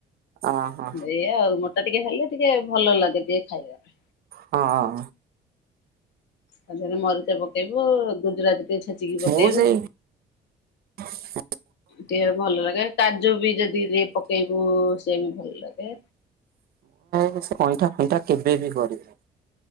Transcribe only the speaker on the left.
ଏଇଆ ଆଉ ମୋଟା ଟିକେ ହେଲେ ଟିକେ ଭଲ ଲାଗେ ଟିକେ ଖାଇବା। ପାଇଁ।
ତାଦେହରେ ମରିଚେ ପକେଇବୁ ଗୁଜୁରାତି ଟେ ଛେଚିକି
ପକେଇବୁ।
ଟିକେ ଭଲ ଲାଗେ କାଜୁ ବି ଯଦି ଯିଏ ପକେଇବୁ ସେ ବି ଭଲ ଲାଗେ।